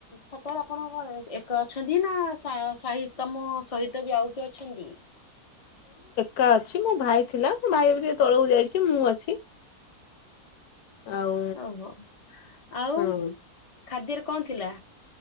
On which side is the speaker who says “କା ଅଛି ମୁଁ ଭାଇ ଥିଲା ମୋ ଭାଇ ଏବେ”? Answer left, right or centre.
Left